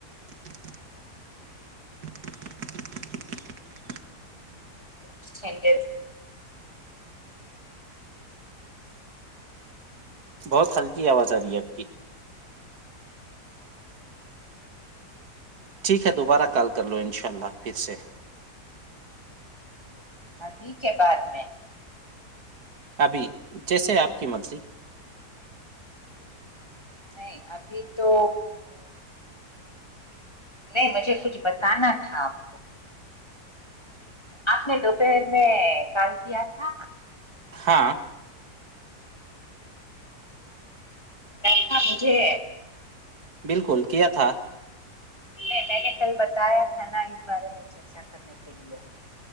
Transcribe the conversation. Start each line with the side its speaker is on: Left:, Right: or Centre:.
Right: <inaudible>
Left: چھ چینج
Right: بہت ہلکی آواز آ رہی ہے آپ کی ٹھیک ہے دوبارہ کال کر لو ان شاء اللہ پھر سے
Left: ہاں ٹھیک ہے بعد میں
Right: ابھی جیسے آپ کی منتری
Left: نہیں ابھی تو نہیں مجھے کچھ بتانا تھا آپ کو آپ نے دوپہر میں کال کیا تھا
Right: ہاں
Left: تھا مجھے
Right: بالکل کیا تھا
Left: نہیں میں نے کل بتایا تھا نا اس بارے میں چرچا کرنے کے لیے